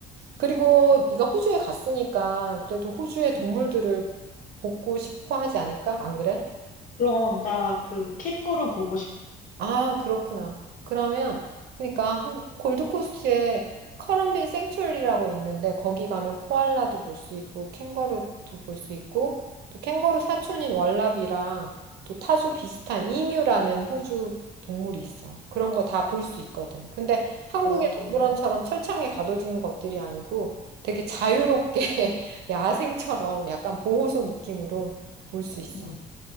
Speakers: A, on the right (about 70°); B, on the left (about 50°).
A: 그리고 네가 호주에 갔으니까 그래도 호주의 동물들을
B: 응.
A: 보고 싶어 하지 않을까? 안 그래?
B: 그럼 나 그 캥거루 보고 싶어.
A: 아, 그렇구나. 그러면, 그러니까, 홍- 골드코스트에 커럼빈 생츄어리라고 있는데, 거기 가면 코알라도 볼 수 있고, 캥거루도 볼 수 있고, 또 캥거루 사촌인 왈라비랑, 또 타조 비슷한 이뮤라는 호주 동물이 있어. 그런 거 다 볼 수 있거든. 근데 한국의
B: 오,
A: 동물원처럼 철창에 가둬진 것들이 아니고, 되게 자유롭게 <laughs> 야생처럼 약간 보호소 느낌으로 볼 수 있어.
B: 응,